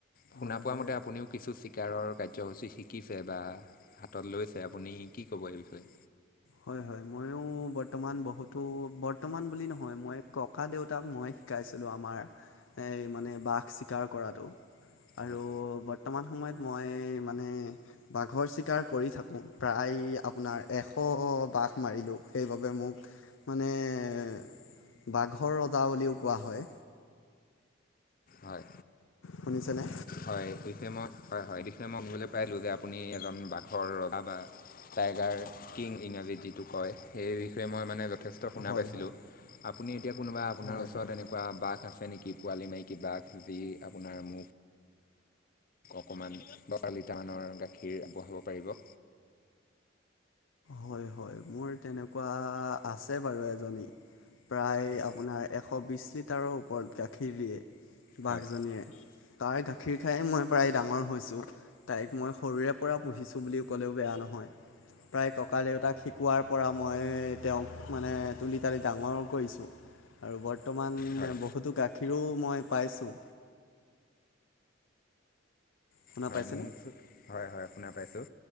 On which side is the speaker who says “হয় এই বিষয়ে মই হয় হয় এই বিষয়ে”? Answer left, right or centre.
Left